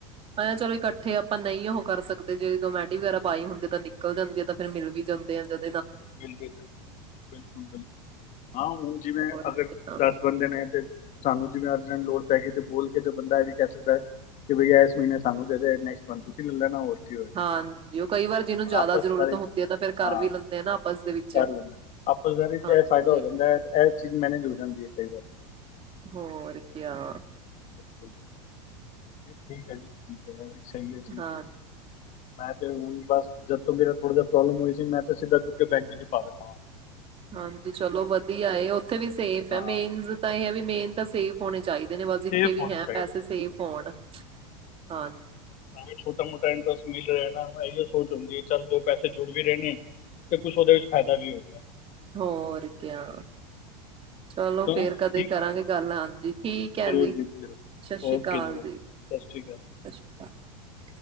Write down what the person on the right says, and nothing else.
ਐ ਚਲੋ ਇਕੱਠੇ ਆਪ ਆਪਾਂ ਨਹੀਂ ਉਹ ਕਰ ਸਕਦੇ ਜੇ ਕਮੈਟੀ ਵਗੈਰਾ ਪਾਏ ਹੁੰਦੇ ਤਾਂ ਨਿਕਲ ਜਾਂਦੀ ਆ ਤਾਂ ਫੇਰ ਮਿਲ ਵੀ ਜਾਂਦੇ ਆ ਜਦ
ਹੋਰ
ਕਿਆ
ਹਾਂਜੀ ਉਹ ਕਈ ਵਾਰ ਜਿਹਨੂੰ
ਜ਼ਿਆਦਾ
ਜ਼ਰੂਰਤ
ਹੁੰਦੀ ਹੈ ਤਾਂ ਫੇਰ ਕਰ
ਵੀ ਲੈਂਦੇ ਆ ਨਾ ਆਪਸ ਦੇ ਵਿੱਚ
ਹਾਂਜੀ
ਹੋਰ ਕਿਆ
ਹਾਂਜੀ
ਹਾਂਜੀ ਚਲੋ ਵਧੀਆ ਹੈ ਉੱਥੇ ਵੀ ਸੇਫ ਹੈ
ਮੇਨਸ ਤਾਂ ਇਹ ਹੈ ਵੀ ਮੇਨ ਤਾਂ ਸੇਫ ਹੋਣੇ ਚਾਹੀਦੇ ਬਸ ਜਿੱਥੇ
ਵੀ
ਹੈ
ਪੈਸੇ ਸੇਫ ਹੋਣ ਹਾਂ
ਹੋਰ ਕਿਆ। ਚਲੋ ਫੇਰ
ਕਦੇ ਕਰਾਂਗੇ
ਗੱਲ ਹਾਂਜੀ ਠੀਕ ਹੈ।
ਜੀ
ਸਤਿ ਸ਼੍ਰੀ
ਅਕਾਲ
ਜੀ, ਸਤਿ
ਸ਼੍ਰੀ ਅਕਾਲ।